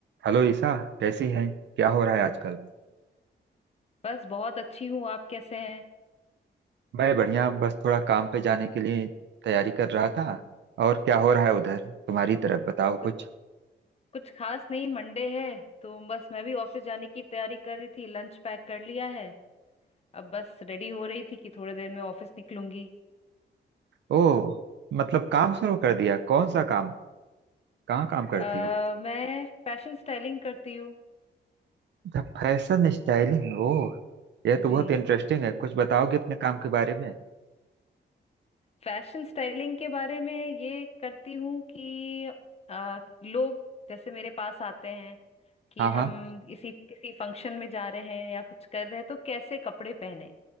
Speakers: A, on the right; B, on the left.
A: Hello Isa कैसी हैं क्या हो रहा है आजकल
B: बस बहुत अच्छी हूँ आप कैसे हैं
A: मैं बढ़िया बस थोड़ा काम पे जाने के लिए तैयारी कर रहा था और क्या हो रहा है उधर तुम्हारी तरफ बताओ
B: कुछ
A: कुछ
B: कुछ खास नहीं मंडे है तो बस मैं भी ऑफिस जाने की तैयारी कर रही थी लंच पैक कर लिया है अब बस रेडी हो रही थी कि थोड़ी देर में ऑफिस निकलूंगी
A: ओह मतलब काम शुरू कर दिया कौन सा काम कहाँ काम करती
B: अ,
A: हो
B: मैं फैशन स्टाइलिंग करती हूँ
A: अच्छा फैशन स्टाइलिंग ओह यह तो
B: जी
A: बहुत इंटरेस्टिंग है कुछ बताओगे अपने काम के बारे में
B: फैशन स्टाइलिंग के बारे में ये करती हूँ कि अ, लोग जैसे मेरे पास आते हैं कि
A: हाँ
B: हम
A: हाँ
B: किसी किसी फंक्शन में जा रहे हैं या कुछ कर रहे हैं तो कैसे कपड़े पहने